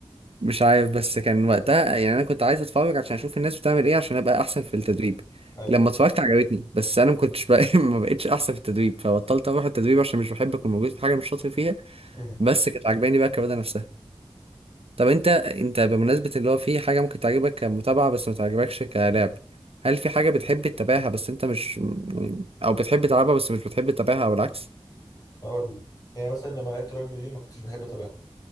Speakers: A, on the right; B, on the left.
A: مش عارف بس كان وقتها يعني انا كنت عايز اتفرج عشان اشوف الناس بتعمل ايه عشان ابقى احسن في التدريب
B: أيوه
A: لما
B: فهمت
A: اتفرجت عجبتني بس انا ما كنتش بقى <laughs> ما بقتش احسن في التدريب فبطلت اروح التدريب عشان مش بحب اكون موجود في حاجه مش شاطر فيها
B: مم.
A: بس كانت عجباني بقى الرياضه نفسها طب انت انت بمناسبة اللي هو في حاجة ممكن تعجبك كمتابعة بس ما تعجبكش كلعب هل في حاجة بتحب تتابعها بس انت مش يعني- او بتحب تلعبها بس مش بتحب تتابعها او العكس
B: أقول لك يعني مثلا لما لعبت رugby دي ما كنتش بحب أتابعها